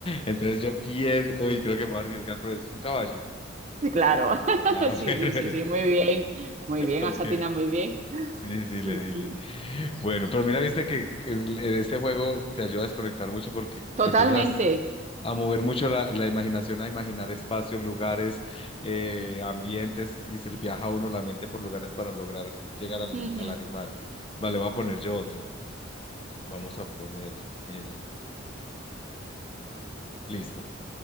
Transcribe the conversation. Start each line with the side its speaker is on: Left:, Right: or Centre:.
Left: Entonces yo pienso, uy, creo que me voy a arriesgar, pero es un caballo.
Right: Claro, <laughs>
Left: Ah, <laughs>
Right: sí,
Left: bueno,
Right: sí,
Left: bueno,
Right: sí, sí, muy bien, muy bien,
Left: ok.
Right: has atinado muy bien.
Left: Sí, sí, le
Right: Sí, sí,
Left: dile. Bueno, pero mira, viste que el- en este juego te ayuda a desconectar mucho porque
Right: totalmente.
Left: empiezas a mover mucho la, la imaginación, a imaginar espacios, lugares, eh, ambientes, y se le viaja a uno la mente por lugares para lograr llegar al,
Right: Ujú.
Left: al animal. Vale, voy a poner yo otro. Vamos a poner el... Listo,